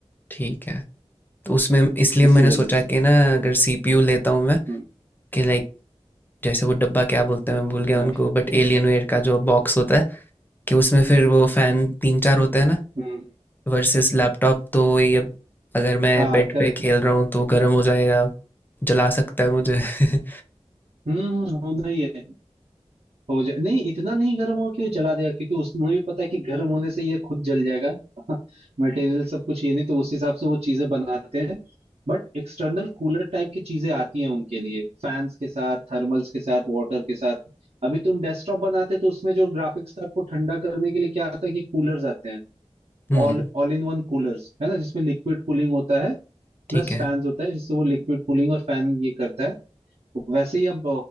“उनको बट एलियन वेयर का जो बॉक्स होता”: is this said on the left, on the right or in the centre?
Left